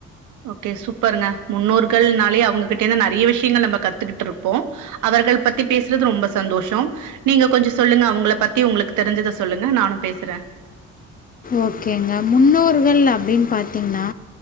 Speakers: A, on the right (about 75°); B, on the left (about 30°).
A: ஓகே சூப்பருங்க முன்னோர்கள்னாலயே அவங்ககிட்டே இருந்து நறைய விஷயங்கள் நம்ம கத்துக்கிட்டு இருப்போம் அவர்கள் பத்தி பேசுறது ரொம்ப சந்தோஷம் நீங்க கொஞ்சம் சொல்லுங்க அவுங்கள பத்தி உங்களுக்கு தெரிஞ்சதை சொல்லுங்க நானும் பேசுறேன்
B: ஓகேங்க முன்னோர்கள் அப்படின்னு பாத்தீங்கன்னா